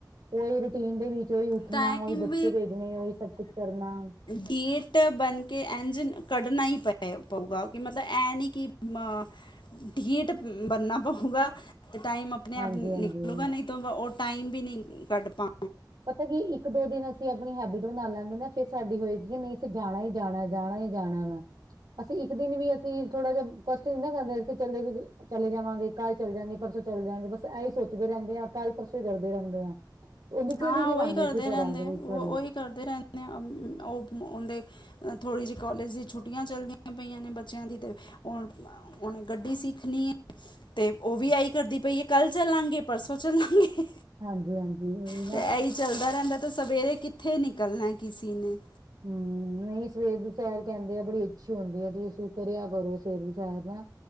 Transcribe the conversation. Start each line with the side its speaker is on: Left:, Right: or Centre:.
Right: ਉਹੀ ਰੂਟੀਨ ਦੇ ਵਿੱਚ ਉਹੀ ਉੱਠਣਾ
Left: ਟਾਈਮ
Right: ਉਹੀ ਬੱਚੇ ਭੇਜਣੇ ਉਹੀ ਸਭ ਕੁਛ ਕਰਨਾ
Left: ਤੇ ਕਿ ਬਣ ਕੇ ਇੰਝ ਕੱਢਣਾ ਹੀ ਪੈ ਪਊਗਾ ਕਿ ਮਤਲਬ ਇਹ ਨੀ ਕਿ ਅ ਢੀਠ ਬਣਨਾ ਪਊਗਾ ਅਤੇ ਟਾਈਮ ਆਪਣੇ
Right: ਹਾਂਜੀ
Left: ਆਪ ਨ
Right: ਹਾਂਜੀ
Left: ਤੋਂ ਉਹ ਟਾਈਮ ਵੀ ਨਹੀਂ ਕੱਢ ਪਾ
Right: ਪਤਾ ਕੀ ਇੱਕ ਦੋ ਦਿਨ ਅਸੀਂ ਆਪਣੀ ਹੈਬਿਟ ਬਣਾ ਲਾਂਗੇ ਨਾ ਫੇਿਰ ਸਾਡੀ ਹੋਏਗੀ ਕਿ ਨਹੀਂ ਅਸੀਂ ਜਾਣਾ ਹੀ ਜਾਣਾ ਜਾਣਾ ਜਾਣਾ ਵਾ ਅਸੀਂ ਇੱਕ ਦਿਨ ਵੀ ਅਸੀਂ ਥੋੜਾ ਜਿਹਾ ਕਸ਼ਟ ਨ ਨਾ ਕਰਦੇ ਚੱਲ ਚਲੇ ਜਾਵਾਂਗੇ ਕੱਲ੍ਹ ਚਲੇ ਜਾਗੇ ਪਰਸੋਂ ਚੱਲ ਜਾਗੇ ਬਸ ਇਹੀ ਸੋਚਦੇ ਰਹਿੰਦੇ ਆਾਂ ਕੱਲ੍ਹ ਪਰਸੋਂ ਹੀ ਕਰਦੇ ਰਹਿੰਦੇ ਆ ਉਹਦੀ
Left: ਹਾਂ
Right: ਕਲੀ ਨਹੀਂ
Left: ਉਹੀ
Right: ਬਣਦੇ
Left: ਕਰਦੇ
Right: ਸੀ
Left: ਰਹਿੰਦੇ
Right: ਘਰਾਂ ਦੇ ਵਿੱਚਾਰੀ
Left: ਉਹ ਉਹੀ ਕਰਦੇ ਰਹਿੰਦੇ ਉਹ ਉਹਦੇ ਥੋੜ੍ਹੀ ਜਿਹੀ ਕੋਾਲਜ ਦੀ ਛੁੱਟੀਆਂ ਚੱਲਦੀਆਂ ਪਈਆਂ ਨੇ ਬੱਚਿਆਂ ਦੀ ਤੇ ਹਣ ਉਹਨੇ ਗੱਡੀ ਸਿੱਖਣੀ ਤੇ ਉਹ ਵੀ ਆਈ ਕਰਦੀ ਪਈ ਆ ਕੱਲ ਚੱਲਾਂਗੇ ਪਰਸੋਂ ਚੱਲਾਂਗੇ
Right: ਹਾਂਜੀ ਹਾਂਜੀ ਉਹੀ ਨਾ
Left: ਅਤੇ ਇਹੀ ਚੱਲਦਾ ਰਹਿੰਦਾ ਤਾਂ ਸਵੇਰੇ ਕਿੱਥੇ ਨਿਕਲਣਾ ਕਿੇ ਨੇ
Right: ਹਮ ਨਹੀਂ ਸਵੇਰ ਦੀ ਸੈਰ ਕਹਿੰਦੇ ਆ ਬੜੀ ਅੱਛੀ ਹੁੰਦੀ ਹੈ ਤੇ ਤੁਸੀਂ ਕਰਿਆ ਕਰੋ ਸਵੇਰ ਦੀ ਸੈਰ ਨਾ